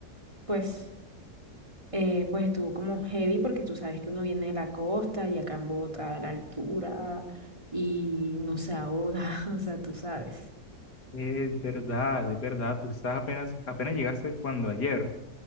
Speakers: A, on the right (about 20°); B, on the left (about 85°).
A: pues, eh, pues estuvo como heavy porque tú sabes que uno viene de la costa y acá en Bogotá, a la altura, y no se ahoga, <laughs> o sea, tú sabes.
B: Es verdad, es verdad. Tú estás apenas, apenas llegaste cuando ayer.